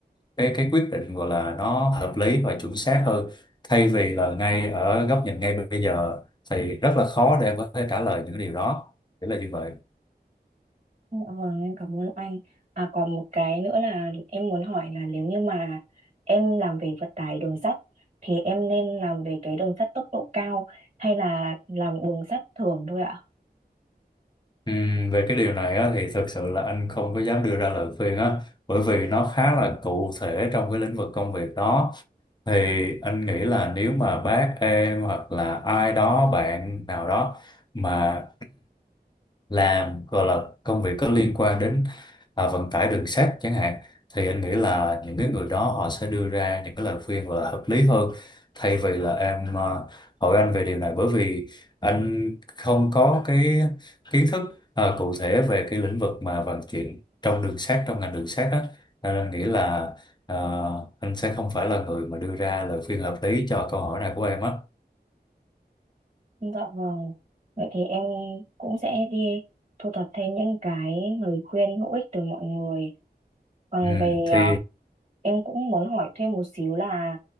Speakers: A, on the left; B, on the right.
A: cái cái quyết định gọi là nó hợp lý và chuẩn xác hơn thay vì là ngay ở góc nhìn ngay bây giờ thì rất là khó để em có thể trả lời những điều đó nghĩa là như vậy
B: Dạ Vâng, em cảm ơn anh. À, còn một cái nữa là em muốn hỏi là nếu như mà em làm về vận tải đường sắt thì em nên làm về cái đường sắt tốc độ cao hay là làm đường sắt thường thôi ạ?
A: Ừm, về cái điều này á, thì thực sự là anh không có dám đưa ra lời khuyên á bởi vì nó khá là cụ thể trong cái lĩnh vực công việc đó thì anh nghĩ là nếu mà bác em hoặc là ai đó bạn nào đó mà làm gọi là công việc có liên quan đến à, vận tải đường sắt chẳng hạn thì anh nghĩ là những cái người đó họ sẽ đưa ra những cái lời khuyên là hợp lý hơn thay vì là em à, hỏi anh về điều này bởi vì anh không có cái kiến thức à, cụ thể về cái lĩnh vực mà vận chuyển trong đường sắt trong ngành đường sắt đó nên anh nghĩ là à, anh sẽ không phải là người mà đưa ra lời khuyên hợp lý cho câu hỏi này của em á
B: Dạ vâng. Vậy thì em cũng sẽ đi thu thập thêm những cái lời khuyên hữu ích từ mọi người Còn
A: ừ,
B: về
A: thì
B: ờ, em cũng muốn hỏi thêm một xíu là